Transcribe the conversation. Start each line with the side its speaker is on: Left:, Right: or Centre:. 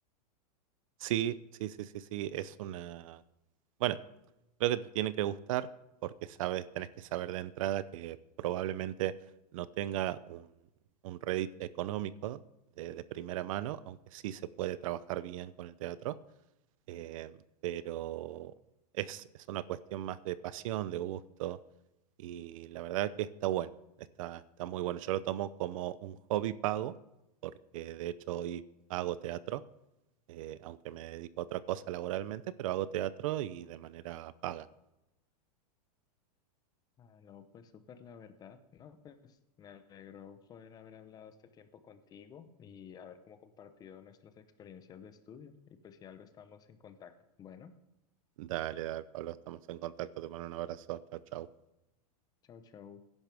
Right: Sí, sí, sí, sí, sí, es una... Bueno, creo que te tiene que gustar porque sabes, tenés que saber de entrada que probablemente no tenga un, un Reddit económico de, de primera mano, aunque sí se puede trabajar bien con el teatro, eh, pero es, es una cuestión más de pasión, de gusto, y la verdad que está bueno, está, está muy bueno. Yo lo tomo como un hobby pago, porque de hecho hoy hago teatro eh, aunque me dedico a otra cosa laboralmente, pero hago teatro y de manera paga.
Left: Ah, no, pues súper la verdad, ¿no? Pues me alegró poder haber hablado este tiempo contigo y haber como compartido nuestras experiencias de estudio. Y pues si algo estamos en contacto. Bueno,
Right: Dale, dale, Pablo, estamos en contacto. Te mando un abrazo. Chau, chau.
Left: chau, chau.